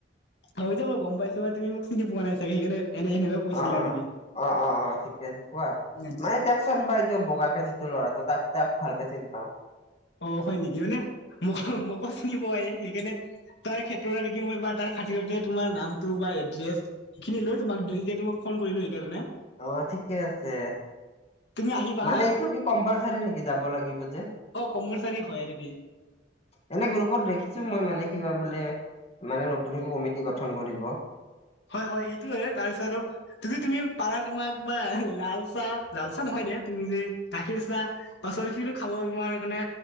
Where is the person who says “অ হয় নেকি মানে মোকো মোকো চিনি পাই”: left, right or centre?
Left